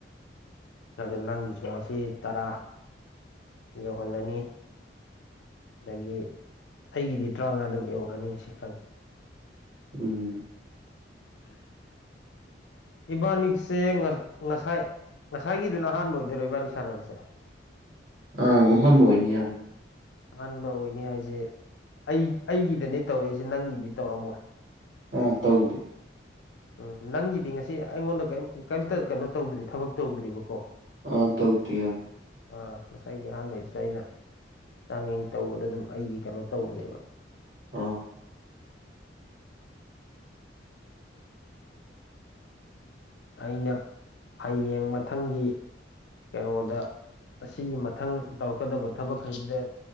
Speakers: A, on the left; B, on the right.
A: ꯑꯗꯣ ꯅꯪꯒꯤꯁꯦ ꯇꯔꯥ ꯌꯧꯍꯜꯂꯅꯤ ꯑꯗꯒꯤ ꯑꯩꯒꯤꯗꯤ ꯇꯔꯥꯃꯉꯥ ꯑꯗꯨꯝ ꯌꯧꯔꯦ ꯂꯅꯤꯡꯁꯤꯪ <inaudible>
B: ꯎꯝ
A: ꯎ <inaudible> ꯏꯕꯥꯅꯤꯁꯦ ꯉꯁꯥꯏ ꯉꯁꯥꯏꯒꯤꯗꯨꯅ ꯑꯍꯥꯟꯕ ꯑꯣꯏꯗꯣꯏꯔꯣ ꯏꯕꯥꯅꯤ ꯁꯥꯟꯅꯕꯁꯦ
B: ꯑꯪ ꯎ ꯍꯥꯟꯕꯅꯤ ꯌꯥꯝ
A: ꯑꯍꯥꯟꯕ ꯑꯣꯏꯅꯤ ꯍꯥꯏꯁꯦ ꯑꯩ ꯑꯩꯒꯤꯗꯅꯦ ꯇꯧꯔꯛꯏꯁꯦ ꯅꯪꯒꯤꯗꯤ ꯇꯧꯔꯝꯃꯣꯏ
B: ꯑ ꯇꯧꯗꯦ
A: <inaudible> ꯎꯝ ꯅꯪꯒꯤꯗꯤ ꯉꯁꯤ ꯑꯩꯉꯣꯟꯗ ꯀꯩꯝꯇ ꯀꯩꯅꯣ ꯇꯧꯗ꯭ꯔꯤ ꯊꯕꯛ ꯇꯧꯗ꯭ꯔꯤꯕꯀꯣ
B: ꯑ ꯇꯧꯇ ꯌꯥꯝ
A: ꯑꯥ ꯉꯁꯥꯏꯒꯤ ꯑꯍꯥꯟꯕꯩꯗꯁꯨ ꯑꯩꯅ ꯆꯥꯡꯌꯦꯡ ꯇꯧꯕꯗ ꯑꯗꯨꯝ ꯑꯩꯒꯤ ꯀꯩꯅꯣ ꯇꯧꯕꯅꯦꯕ
B: ꯑꯥ
A: ꯑꯩꯅ ꯍꯌꯦꯡ ꯃꯊꯪꯒꯤ ꯀꯩꯅꯣꯗ ꯑꯁꯤꯒꯤ ꯃꯊꯪ ꯇꯧꯔꯛꯀꯗꯕ ꯊꯕꯛꯈꯩꯗꯨꯗ